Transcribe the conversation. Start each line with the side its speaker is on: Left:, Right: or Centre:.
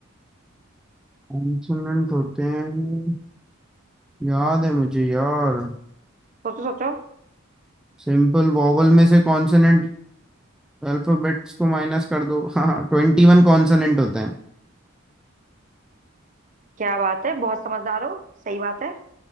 Centre: कॉन्सोनेंट होते हैं याद है मुझे यार
Right: सोचो सोचो
Centre: सिंपल वॉवल में से कॉन्सोनेंट अल्फाबेट्स को माइनस कर दो <laughs> हाँ ट्वेंटी वन कॉन्सोनेंट होते हैं
Right: क्या बात है बहुत समझदार हो सही बात है